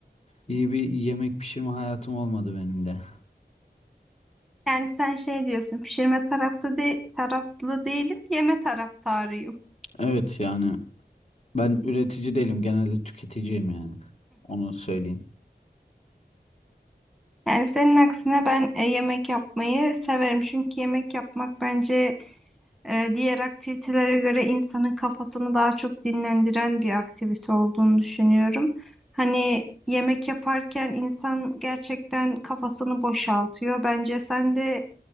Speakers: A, on the left; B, in the centre.
A: İyi bir yemek pişirme hayatım olmadı benim de.
B: Yani sen şey diyorsun, pişirme tarafta de taraflı değilim, yeme taraftarıyım.
A: Evet yani ben üretici değilim. Genelde tüketiciyim yani. Onu söyleyeyim.
B: Yani senin aksine ben e, yemek yapmayı severim. Çünkü yemek yapmak bence e, diğer aktivitelere göre insanın kafasını daha çok dinlendiren bir aktivite olduğunu düşünüyorum. Hani yemek yaparken insan gerçekten kafasını boşaltıyor. Bence sen de